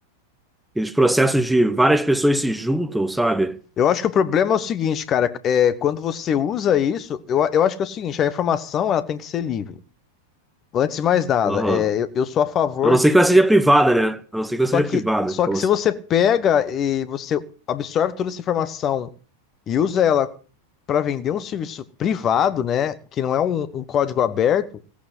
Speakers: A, in the centre; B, on the left.
A: aqueles processos de várias pessoas se juntam, sabe?
B: Eu acho que o problema é o seguinte, cara. É, quando você usa isso, eu, a- eu acho que é o seguinte: a informação ela tem que ser livre. Antes de mais nada,
A: Aham.
B: é, eu, eu sou a favor
A: A não ser
B: de,
A: que ela seja
B: de-
A: privada, né? A não ser que
B: Só
A: ela seja
B: que,
A: privada.
B: só
A: Então,
B: que
A: assim,
B: se você pega e você absorve toda essa informação e usa ela para vender um serviço privado, né, que não é um, um código aberto,